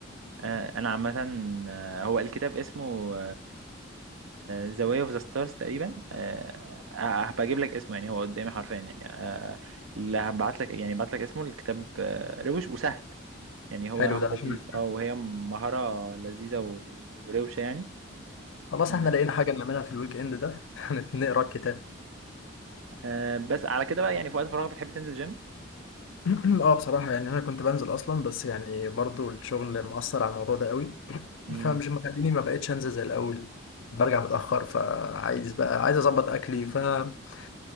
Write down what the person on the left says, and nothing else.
حلو
ده
عشان
خلاص
احنا لقينا حاجه نعملها في الويك اند ده <laughs> هنت- نقرا الكتاب
<clears throat> اه بصراحه يعني انا كنت بنزل اصلا بس يعني برضو الشغل مأثر على الموضوع ده قوي
فمش مخليني ما بقتش انزل زي الاول برجع متأخر فعايز بقى عايز اظبط اكلي فعايز